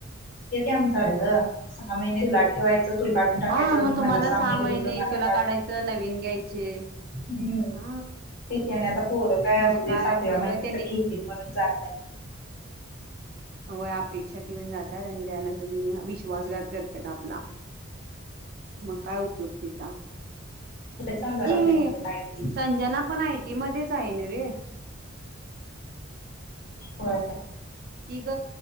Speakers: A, on the left; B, on the right.
A: आमय ग साहा महिने. ठेवायचं तूला काढून टाकायचं
B: हा
A: मग
B: तुम्हाला
A: मला साम
B: सहा
A: घ्यायचं
B: महिने
A: मला
B: तुला
A: काढ
B: काढायचं नवीन घ्यायचे
A: हम्म
B: हा
A: ते त्याने आता पोरं काय असू
B: मग
A: दे्या सातव्या
B: सगळं
A: महिन्यात
B: त्यांनी
A: तर घेतील म्हणून जात
B: व अपेक्षा ठेऊन जातात आणि त्यानंतर विश्वासघात करतात आपला मग काय उपयोग तेचा.
A: चालू
B: ती
A: मुंबईला आयटीत.
B: संजना पण आयटी मध्येच आहे नव्हे.
A: होय.
B: तीग.